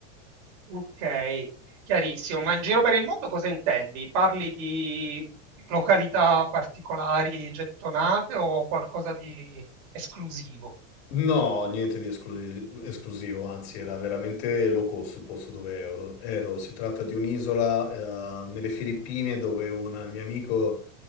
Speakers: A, on the right; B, on the left.
A: Ok, chiarissimo. Ma in giro per il mondo cosa intendi? Parli di località particolari gettonate o qualcosa di esclusivo?
B: No, niente di esclu- esclusivo, anzi era veramente low cost il posto dove ero. ero. Si tratta di un'isola eh, nelle Filippine dove un mio amico